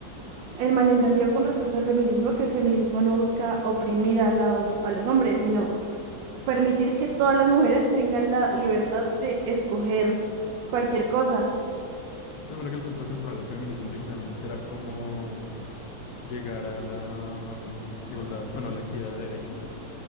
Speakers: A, on the right; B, on the left.
A: el malentendido con respecto al feminismo, que el feminismo no busca oprimir a los, a los hombres, sino permitir que todas las mujeres tengan la libertad de escoger cualquier cosa.
B: Se supone que el punto central del feminismo originalmente era cómo llegar a la mm, igualdad, bueno, la equidad de derechos,